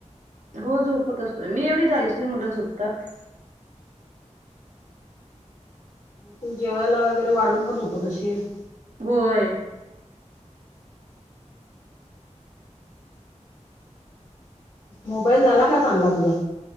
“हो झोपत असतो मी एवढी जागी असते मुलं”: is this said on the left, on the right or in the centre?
Right